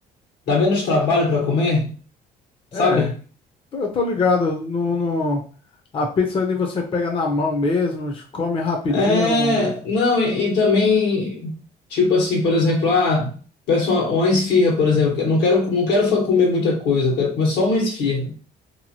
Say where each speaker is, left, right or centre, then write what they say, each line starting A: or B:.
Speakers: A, on the left; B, on the left.
A: Dá menos trabalho para comer,
B: É,
A: sabe?
B: tô- eu tô ligado. No, no... A pizza ali você pega na mão mesmo, come rapidinho.
A: É, não, e, e também, tipo assim, por exemplo, ah, peço uma, uma esfirra, por exemplo, que eu não quero, não quero fa- comer muita coisa, eu quero comer só uma esfirra.